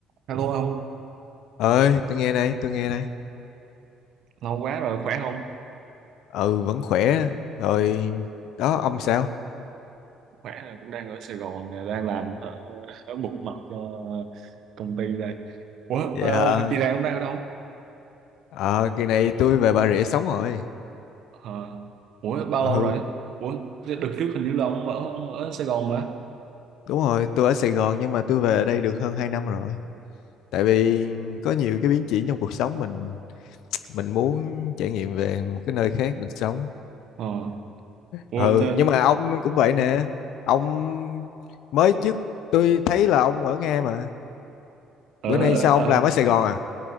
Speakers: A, on the right; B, on the left.
A: Hello ông,
B: ơi tôi nghe đây tôi nghe đây
A: lâu quá rồi, khỏe không?
B: ừ vẫn khỏe rồi đó ông sao
A: Khỏe rồi, cũng đang ở Sài Gòn nè, đang làm ở, ở một mặt cho công ty đây. Ủa,
B: vậy
A: ờ,
B: hả
A: kỳ này ông đang ở đâu?
B: ờ kỳ này tôi về Bà Rịa sống rồi
A: Ờ, ủa, bao
B: ừ
A: lâu rồi? Ủa, đợt trước hình như là ông ở, ông ở Sài Gòn mà.
B: đúng rồi tôi ở Sài Gòn nhưng mà tôi về đây được hơn 2 năm rồi tại vì có nhiều cái biến chuyển trong cuộc sống mình mình muốn trải nghiệm về một cái nơi khác mình sống
A: Ờ, ủa,
B: ừ
A: tớ-
B: nhưng mà ông cũng vậy nè ông mới trước tôi thấy là ông ở Nga mà
A: ở,
B: bữa nay
A: ở,
B: sao ông
A: ở,
B: làm ở Sài Gòn à